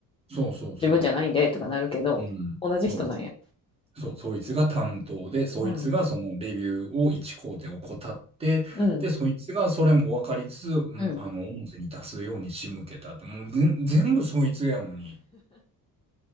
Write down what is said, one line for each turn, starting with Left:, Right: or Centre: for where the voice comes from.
Right: そうそうそ
Left: 自分じゃないんでとかなるけど、
Right: ううん。
Left: 同じ人なんや。
Right: そう。そう、そいつが担当で、そいつがそのレビューを一工程怠って、
Left: うん。うん。
Right: で、そいつがそれも分かりつつ、うん、
Left: うん。
Right: あの、表に出すように仕向けたって、もうぜん全部そいつやのに、